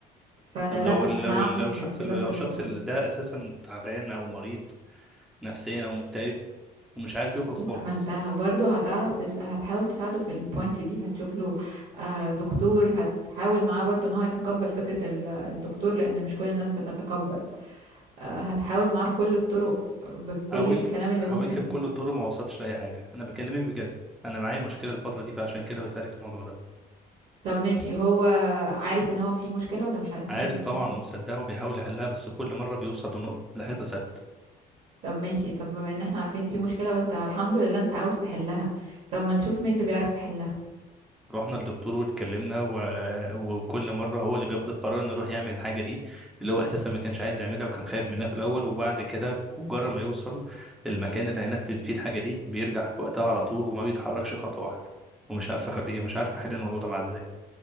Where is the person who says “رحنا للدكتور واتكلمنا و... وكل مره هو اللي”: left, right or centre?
Centre